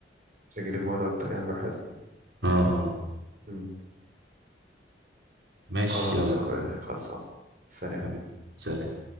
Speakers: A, on the right; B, on the right.
A: مسجلين مواد اكتر يعني براحتكم
B: اه اه
A: مم.
B: ماشي
A: خلاص
B: يلا
A: يا اخويا خلصان سلام
B: حبيبي سلام